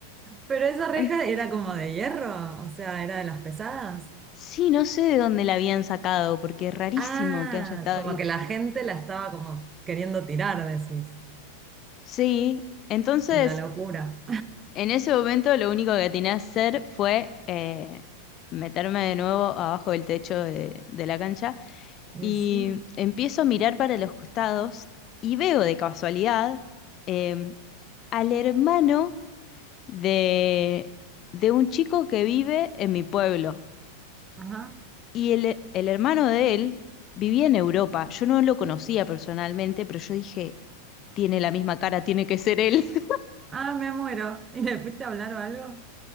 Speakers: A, on the right; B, on the left.
A: Pero esa reja
B: <laughs>
A: era como de hierro, o sea, era de las pesadas.
B: Sí, no sé de dónde la habían sacado, porque es rarísimo
A: Ah,
B: que haya estado
A: como
B: ahí.
A: que la gente la estaba como queriendo tirar, decís,
B: Sí, entonces
A: en la locura.
B: en ese momento lo único que tenía que hacer fue eh, meterme de nuevo abajo del techo de, de la cancha
A: <laughs> Y
B: y
A: sí,
B: empiezo a mirar para los costados y veo de casualidad eh, al hermano de, de un chico que vive en mi pueblo.
A: ajá.
B: Y el, el hermano de él vivía en Europa. Yo no lo conocía personalmente, pero yo dije, tiene la misma cara, tiene que ser él. <laughs>
A: Ah, me muero. ¿Y le fuiste a hablar o algo?